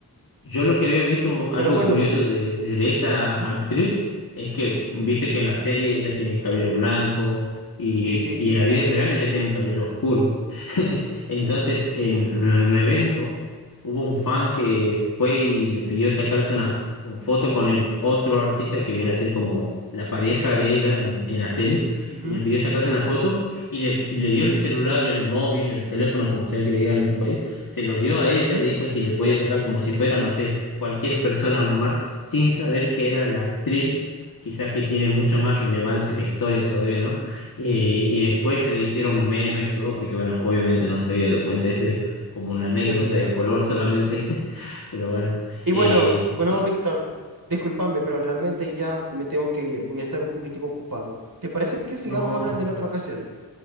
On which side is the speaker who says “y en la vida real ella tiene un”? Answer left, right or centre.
Left